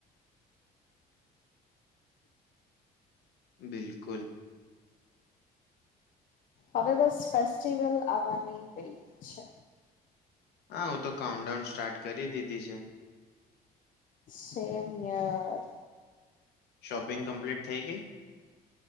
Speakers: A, on the left; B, on the left.
A: બિલકુલ,
B: હવે બસ ફેસ્ટિવલ આવવાની રહી છે.
A: હા હું તો કાઉન્ટડાાઉન સ્ટાર્ટ કરી દીધી છે.
B: સેમ યર
A: શોપિંગ કમ્પ્લીટ થઈ ગઈ?